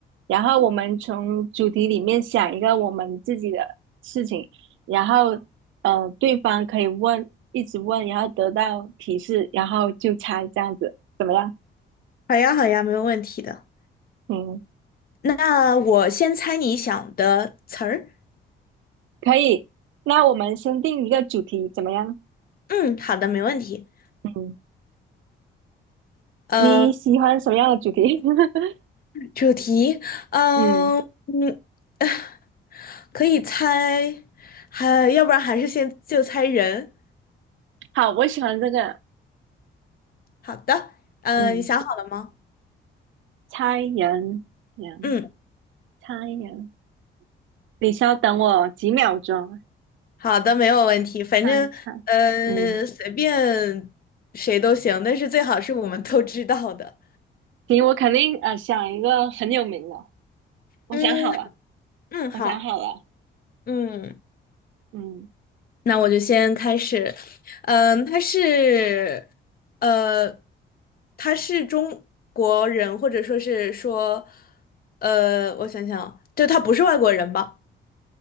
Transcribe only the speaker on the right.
然后我们从主题里面想一个我们自己的事情，然后呃，对方可以问，一直问，然后得到提示，然后就猜这样子，怎么样？
嗯。
可以，那我们先定一个主题怎么样？
嗯，
你喜欢什么样的主题？<laughs>
嗯，
好，我喜欢这个。
嗯，
猜人，人，
猜人。你稍等我几秒钟，
猜猜。嗯，
行，我肯定呃想一个很有名的。我想好了，
我想好了。
嗯，